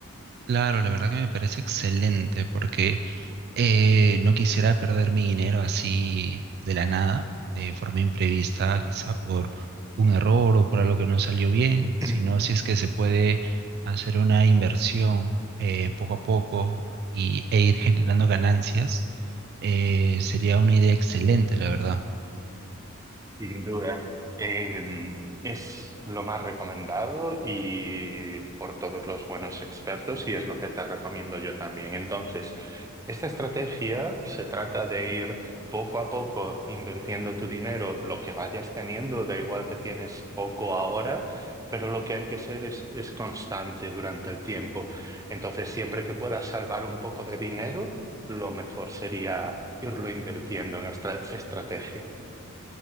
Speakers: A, on the right (about 50°); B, on the right (about 15°).
A: Claro, la verdad que me parece excelente porque Eh, no quisiera perder mi dinero así de la nada, de forma imprevista, quizá por un error o por algo que no salió bien,
B: <clears throat>
A: sino si es que se puede hacer una inversión eh, poco a poco y, e ir generando ganancias, eh, sería una idea excelente, la verdad.
B: Sin duda, eh, es lo más recomendado y por todos los buenos expertos y es lo que te recomiendo yo también. Entonces, esta estrategia se trata de ir poco a poco invirtiendo tu dinero, lo que vayas teniendo, da igual que tienes poco ahora, pero lo que hay que hacer es, es constante durante el tiempo. Entonces, siempre que puedas salvar un poco de dinero, lo mejor sería irlo invirtiendo en esta estrategia.